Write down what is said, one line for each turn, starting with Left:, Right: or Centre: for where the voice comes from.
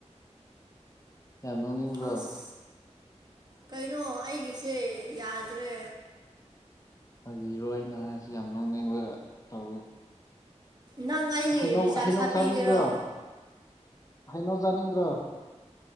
Left: ꯌꯥꯝ ꯅꯣꯛꯅꯤꯡꯕ꯭ꯔꯣ
Right: ꯑꯁ ꯀꯩꯅꯣ ꯑꯩꯒꯤꯁꯦ ꯌꯥꯗ꯭ꯔꯦ꯫
Left: ꯐꯥꯒꯤꯔꯣ ꯑꯩꯅ ꯍꯥꯏꯁꯤ ꯌꯥꯝ ꯅꯣꯛꯅꯤꯡꯕ ꯇꯧꯋꯤ
Right: ꯅꯪ ꯑꯩꯒꯤ
Left: ꯍꯩꯅꯧ
Right: ꯔꯤꯆꯥꯔꯖ
Left: ꯍꯩꯅꯧ
Right: ꯍꯥꯞꯄꯤꯒꯦꯔꯣ?
Left: ꯆꯥꯅꯤꯡꯗ꯭ꯔꯣ ꯍꯩꯅꯧ ꯆꯥꯅꯤꯡꯗ꯭ꯔꯣ?